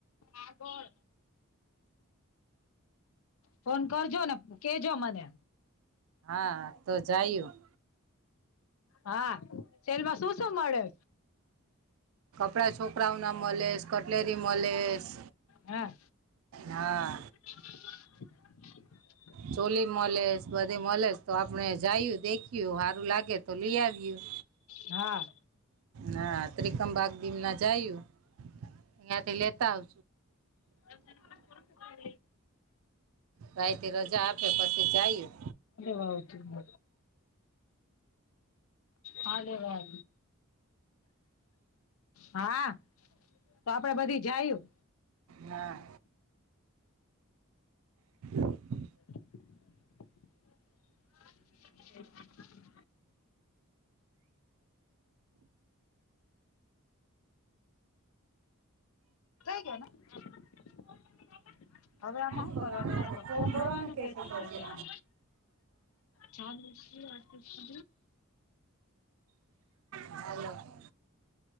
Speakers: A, on the left; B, on the right.
A: આકોર. ફોન કરજો ને કેજો મને.
B: હા તો જાયું.
A: હા, સેલ માં શું શું મળે.
B: કપડા છોકરાઓ ના મલેશ કટલેરી મલેશ
A: હા
B: હા.
A: <inaudible>
B: ચોલી મલેશ બધી મલેશ તો આપણેે જાયું દેખ્યું હારું લાગે તો લીઆવ્યું.
A: હા.
B: હ ત્રિકમબાગ દી ના જાયું ઇયાથી થી લેતા આવ
A: <inaudible> અરે
B: ભાઈથી રજા આપે પછી જાયું
A: વાવતું ન <inaudible> હા લેવા હા તો આપડે બધી જાયું.
B: ના. <inaudible>
A: <inaudible> થઈ ગ્યાના. હવે આમાં હું
B: ફોર્મ
A: કરવાનું એ ફોર્મ ભરવાનું
B: કે
A: <unintelligible> છે
B: તો
A: આ
B: છે
A: ચાલુ શું આટું સુ
B: હાલો.